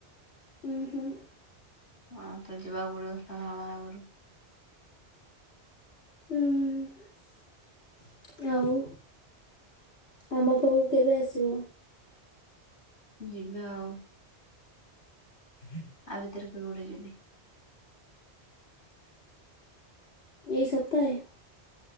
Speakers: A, on the left; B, on the left.
A: ହୁଁ ହୁଁ,
B: ହଁ ତ ଯିବାକୁ ପଡିବ ତା ଆଗରୁ,
A: ହୁଁ ଆଉ ଆମ ବଉ କେବେ ଆସିବ
B: ଯିବି ଆଉ
A: <unintelligible>
B: ଆ ଭିତରେ କେବେ ଗୋଟେ ଯିବି।
A: ଏଇ ସପ୍ତାହେ